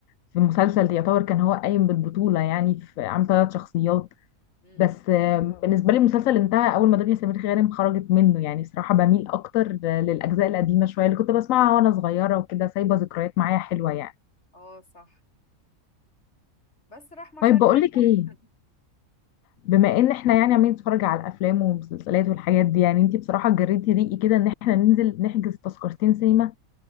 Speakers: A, on the left; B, on the left.
A: في مسلسل يعتبر كان هو قايم بالبطوله يعني في عمل ثلاث شخصيات
B: مم.
A: بس آم، بالنسبه لي المسلسل انتهى اول ما دنيا سمير غانم خرجت منه يعني بصراحه بميل اكتر للاجزاء القديمه شويه اللي كنت بسمعها وانا صغيره وكده سايبه ذكريات معايا حلوه يعني
B: اه صح بس رحمة
A: طيب
B: شغالة
A: بقول
B: <laughs>
A: لك ايه بما ان احنا يعني عمالين نتفرج على الافلام والمسلسلات والحاجات دي يعني انتي بصراحه جريتي ريقي كده ان احنا ننزل نحجز تذكرتين سينما